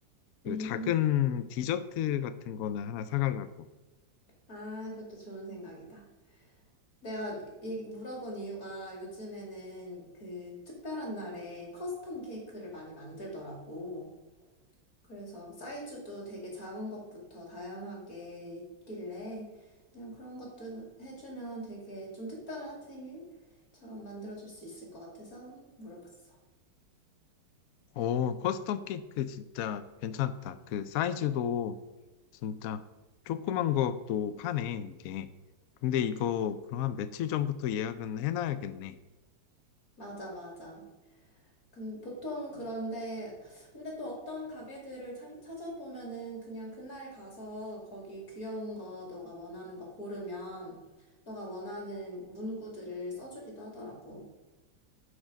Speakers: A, on the left; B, on the left.
A: 그
B: 음,
A: 작은 디저트 같은 거는 하나 사가려고.
B: 아, 그것도 좋은 생각이다. 내가 얘기, 물어본 이유가 요즘에는 그 특별한 날에 커스텀 케이크를 많이 만들더라고. 그래서 사이즈도 되게 작은 것부터 다양하게 있길래 그냥 그런 것도 해주면 되게 좀 특별한 생일처럼 만들어줄 수 있을 것 같아서 한번 물어봤어.
A: 오, 커스텀 케이크 진짜 괜찮다. 그 사이즈도 진짜 조그만 것도 파네, 이게. 근데 이거 그럼 한 며칠 전부터 예약은 해놔야겠네.
B: 맞아, 맞아. 근- 보통 그런데, 근데 또 어떤 가게들을 찾, 찾아보면은 그냥 그날 가서 거기 귀여운 거, 너가 원하는 거 고르면 너가 원하는 문구들을 써주기도 하더라고.